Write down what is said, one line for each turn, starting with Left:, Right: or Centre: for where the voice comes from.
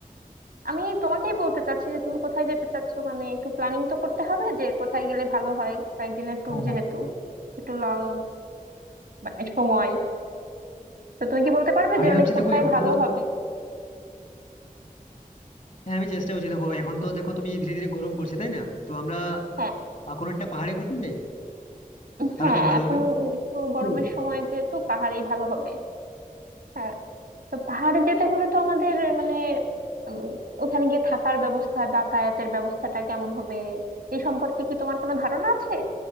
Right: আমি তোমাকেই বলতে চাচ্ছি যে তুমি কোথায় যেতে চাচ্ছো মানে একটু প্ল্যানিং তো করতে হবে যে কোথায় গেলে ভালো হয় কয়েকদিনের ট্যুর
Left: হ্যাঁ,
Right: যেহেতু একটু লং মানে সময় তো তুমি কি বলতে পারবে
Left: আমি
Right: যে মানে
Left: ভাবছি
Right: কোথায়
Left: দেখো এখন
Right: ভালো
Left: তো
Right: হবে
Left: হ্যাঁ আমি চেষ্টা করছি দেখো এখন তো দেখো তুমি ধীরে ধীরে গরম পড়ছে তাই না তো আমরা
Right: হ্যাঁ
Left: আহ, কোনো একটা পাহাড়ে ঘুরতে যাই তাহলে
Right: হ্যাঁ
Left: তো ভালো
Right: এখন
Left: হবে
Right: একটু গরমের
Left: কি বলো
Right: সময় যেহেতু পাহাড়েই ভালো হবে হ্যাঁ তো পাহাড়ে যেতে হলে তো আমাদের মানে উম, ওখানে গিয়ে থাকার ব্যবস্থা যাতায়াতের ব্যবস্থাটা কেমন হবে এই সম্পর্কে কি তোমার কোনো ধারণা আছে